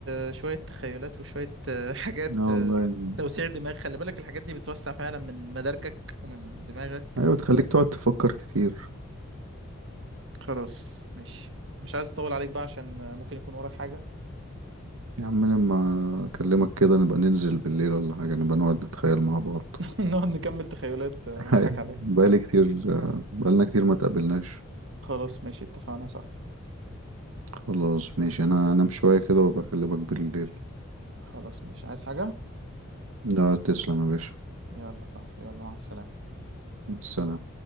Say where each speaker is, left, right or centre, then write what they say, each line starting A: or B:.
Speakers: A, on the right (about 60°); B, on the right (about 85°).
A: آه، شويه تخيلات وشويه آه، <laughs> حاجات
B: اه
A: آه،
B: والله يعني
A: توسيع دماغ خلي بالك الحاجات دي بتوسع فعلا من مداركك ومن دماغك
B: ايوه تخليك تقعد تفكر كتير
A: خلاص ماشي مش عايز اطول عليك بقى عشان آه، ممكن يكون وراك حاجه
B: يا عم لما اكلمك كده نبقى ننزل بالليل ولا حاجة نبقى نقعد نتخيل مع بعض
A: <laughs> نقعد نكمل تخيلات آه،
B: <laughs>
A: ونضحك
B: هاي
A: عليها
B: بقالي كتير بقالنا كتير ما تقابلناش
A: خلاص ماشي اتفقنا يا صاحبي
B: خلاص ماشي انا انام شوية كده وبكلمك بالليل
A: خلاص ماشي عايز حاجه
B: لا تسلم يا باشا
A: يلا يا صاحبي يلا مع السلامه
B: مع السلامة